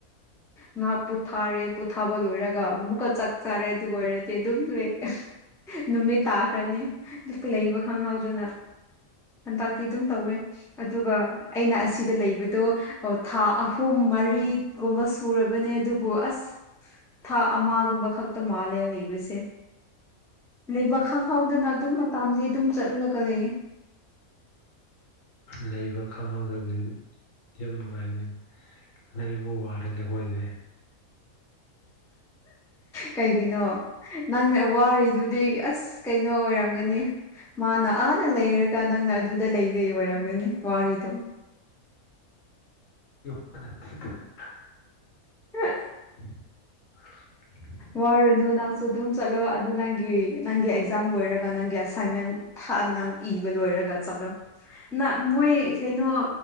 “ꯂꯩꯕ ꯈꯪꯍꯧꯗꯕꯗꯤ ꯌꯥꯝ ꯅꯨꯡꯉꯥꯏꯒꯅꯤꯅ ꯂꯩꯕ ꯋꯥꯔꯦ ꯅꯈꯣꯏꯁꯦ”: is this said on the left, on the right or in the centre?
Left